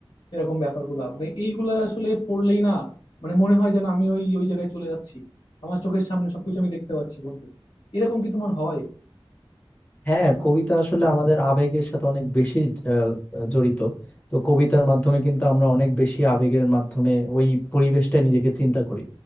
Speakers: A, on the left; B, on the left.
A: এরকম ব্যাপারগুলা মানে এইগুলা আসলে পড়লেই না মানে মনে হয় যেন আমি ওই ওই জায়গায় চলে যাচ্ছি আমার চোখের সামনে সবকিছু আমি দেখতে পাচ্ছি বন্ধু এরকম কি তোমার হয়
B: হ্যাঁ কবিতা আসলে আমাদের আবেগের সাথে অনেক বেশি আহ, জড়িত তো কবিতার মাধ্যমে কিন্তু আমরা অনেক বেশি আবেগের মাধ্যমে ওই পরিবেশটা নিজেকে চিন্তা করি